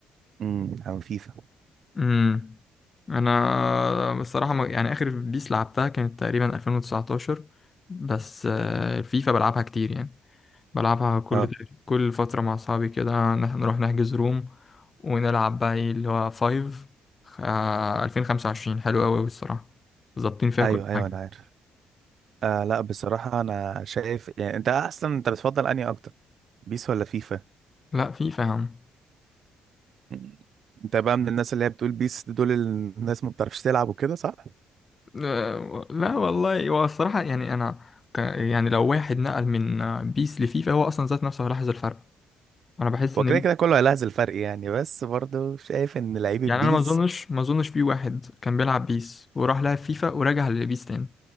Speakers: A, on the right; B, on the left.
A: امم عن فيفا
B: امم انا بصراحه ما- يعني اخر بيس لعبتها كانت تقريبا 2019 بس آه، الفيفا بلعبها كتير يعني بلعبها كل
A: اه
B: كل فتره مع اصحابي كده نح- نروح نحجز روم ونلعب بقى ايه اللي هو فايف آه، 2025 حلو قوي الصراحه ظابطين فيها
A: ايوه
B: كل
A: ايوه
B: حاجه
A: انا عارف آه لا بصراحه انا شايف يعني انت اصلا انت بتفضل انهي اكتر بيس ولا فيفا
B: لا فيفا يا عم
A: مم. انت بقى من الناس اللي هي بتقول بيس دول الناس ما بتعرفش تلعب وكده صح
B: آه، لا والله هو الصراحه يعني انا ك- يعني لو واحد نقل من آه، بيس لفيفا هو اصلا ذات نفسه هيلاحظ الفرق انا بحس
A: هو
B: ان
A: كده كده كله هيلاحظ الفرق يعني بس برضه شايف ان لعيب البيس
B: يعني انا ما اظنش ما اظنش في واحد كان بيلعب بيس وراح لعب فيفا ورجع للبيس تاني